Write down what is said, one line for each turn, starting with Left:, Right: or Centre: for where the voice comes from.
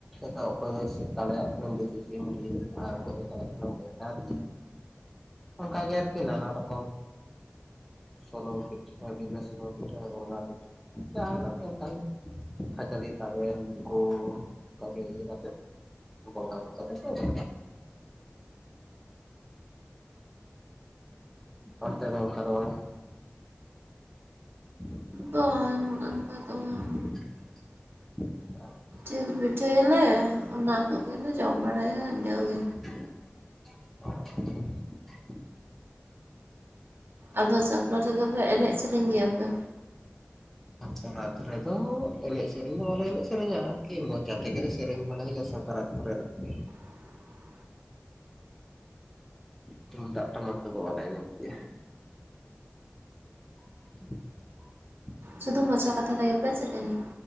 Centre: ᱫᱚ ᱚᱠᱚᱭ ᱫᱚᱭ ᱫᱟᱲᱮᱭᱟᱜ ᱠᱟᱱᱟ ᱫᱮᱥᱤ ᱥᱤᱢ ᱡᱤᱞ ᱟᱨ ᱚᱠᱚᱭ ᱫᱚᱭ ᱫᱟᱲᱮᱭᱟᱜ ᱠᱟᱱᱟ ᱵᱚᱭᱞᱟᱨ ᱡᱤᱞ, ᱚᱱᱠ ᱜᱮ ᱟᱨᱠᱤ ᱱᱟᱱᱟ ᱨᱚᱠᱚᱢᱼᱼ ᱥᱩᱱᱩᱢ ᱯᱤᱴᱷᱟᱹ, ᱵᱤᱱᱟᱹ ᱥᱩᱱᱩᱢ ᱯᱤᱴᱟᱹ, ᱵᱚᱸᱜᱟ ᱯᱤᱴᱷᱟᱹ, ᱡᱟᱦᱟᱸᱱᱟᱜ ᱜᱮ ᱚᱱᱠᱟᱱ, ᱠᱷᱟᱹᱡᱟᱹᱲᱤ, ᱛᱟᱵᱮᱱ, ᱜᱩᱬ, ᱚᱱᱠᱟᱜᱮ ᱤᱭᱟᱹ ᱠᱟᱛᱮᱫ, ᱵᱚᱸᱜᱟ ᱵᱩᱨᱩ ᱠᱟᱛᱮᱫ ᱠᱚ <unintelligible> ᱚᱱᱛᱮ ᱫᱚ ᱚᱱᱠᱟ ᱫᱚ ᱵᱟᱝᱟ᱾ <inaudible>
Right: ᱵᱟᱝ ᱚᱱᱠᱟ ᱫᱚ ᱵᱟᱝ
Centre: <inaudible> <unintelligible>
Right: ᱡᱤᱞ ᱯᱤᱴᱷᱟᱹᱭᱟᱞᱮ, ᱚᱱᱟ ᱠᱚᱜᱮ ᱞᱮ ᱡᱚᱢ ᱵᱟᱲᱟᱭᱟ ᱤᱱᱟᱹ ᱜᱮ᱾
Centre: <inaudible>
Right: ᱟᱫᱚ ᱥᱟᱛ <unintelligible> ᱫᱚ ᱯᱮ ᱮᱱᱮᱡ ᱥᱮᱨᱮᱧ ᱜᱮᱭᱟ ᱯᱮ?
Centre: ᱥᱟᱠᱨᱟᱛ ᱨᱮᱫᱚ, ᱮᱱᱮᱡ ᱥᱮᱨᱮᱧ ᱫᱚ ᱵᱟᱞᱮ ᱮᱱᱮᱡ ᱥᱮᱨᱮᱧᱟ ᱟᱨᱠᱤ, ᱢᱚᱪᱟ ᱛᱮᱜᱮᱞᱮ ᱥᱮᱨᱮᱧ ᱵᱟᱲᱟᱭᱟ ᱥᱟᱠᱨᱟᱛᱼᱼ ᱠᱚᱨᱮᱱᱟᱜ ᱛᱮᱼᱼ
Right: <inaudible>
Centre: ᱛᱩᱢᱫᱟᱜ ᱴᱟᱢᱟᱠ ᱛᱮᱫᱚ ᱵᱟᱞᱮ ᱮᱱᱮᱡ ᱜᱮᱭᱟ᱾ <inaudible>
Right: ᱥᱩᱫᱷᱩ ᱢᱚᱡᱟ ᱠᱟᱛᱷᱟ ᱛᱮᱜᱮ ᱯᱮ‌ ᱥᱮᱨᱮᱧᱼᱟ᱾